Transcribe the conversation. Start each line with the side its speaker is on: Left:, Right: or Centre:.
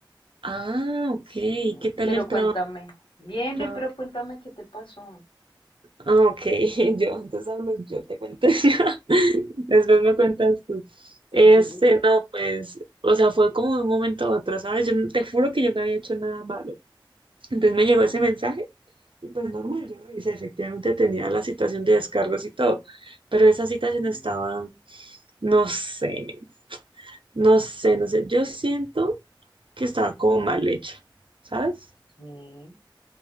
Right: ah, ok,
Left: Sí,
Right: ¿y qué tal
Left: pero
Right: el
Left: cuéntame.
Right: trabajo?
Left: Bien,
Right: Traba-
Left: bien, pero cuéntame qué te pasó.
Right: Ah, ok, <laughs> yo antes hablo, yo te cuento. <laughs> Después me cuentas tú. Este,
Left: Sí, sí, sí.
Right: no, pues, o sea, fue como de un momento a otro, ¿sabes? Yo no- te juro que yo no había hecho nada malo. Entonces me
Left: Ah,
Right: llegó ese mensaje y pues normal, yo revisé, efectivamente tenía la citación de descargos y todo, pero esa citación
Left: sí,
Right: estaba, no sé, no sé, no sé, yo siento que estaba como mal hecha, ¿sabes?
Left: sí.